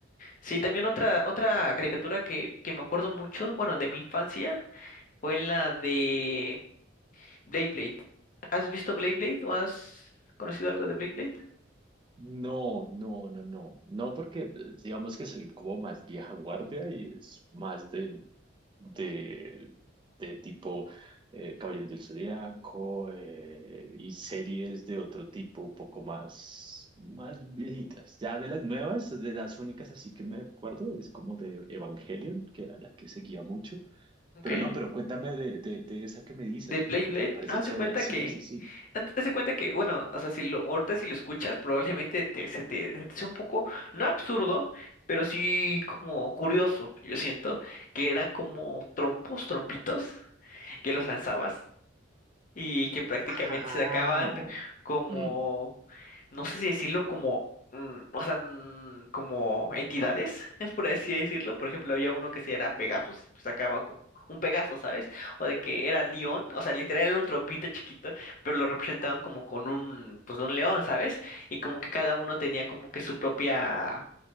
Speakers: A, on the left; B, on the right.
A: Sí, también otra, otra caricatura que, que me acuerdo mucho, bueno, de mi infancia, fue la de Blade Blade. ¿Has visto Blade Blade o has conocido algo de Blade Blade?
B: No, no, no, no. No, porque pues, digamos que soy como más vieja guardia y es más del, de, de tipo eh, Caballeros del Zodiaco eh, y series de otro tipo un poco más, más viejitas. Ya de las nuevas, de las únicas así que me acuerdo, es como de Evangelion, que era la que seguía mucho.
A: Okay.
B: Pero no, pero cuéntame de, de, de esa que me dices,
A: De Blade
B: me,
A: Blade,
B: me parece
A: hace
B: chévere.
A: cuenta
B: Sí,
A: que,
B: sí, sí.
A: hace cuenta que, bueno, o sea, si lo, ahorita si lo escuchas, probablemente te, se te, se te sea un poco, no absurdo, pero sí como curioso, yo siento, que eran como trompos, trompitos, que los lanzabas y que prácticamente
B: Ah,
A: se acaban
B: oh.
A: como,
B: mm.
A: no sé si decirlo como, mm, o sea, mm, como entidades, <laughs> por así decirlo. Por ejemplo, había uno que se era Pegasus, pues acaba como un Pegaso, ¿sabes? O de que era león, o sea, literal era un trompito chiquito, pero lo representaban como con un, pues un león, ¿sabes? Y como que cada uno tenía como que su propia,